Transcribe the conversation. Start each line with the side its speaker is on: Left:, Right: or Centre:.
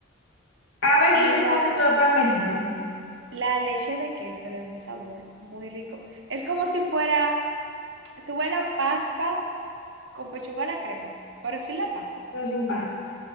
Left: A veces
Right: Y
Left: le echo un
Right: la,
Left: poquito de parmesano,
Right: la leche de queso le da un sabor muy rico. Es como si fuera, tuve la pasta con pechuga a la crema, pero sin la pasta,
Left: pero sin pasta.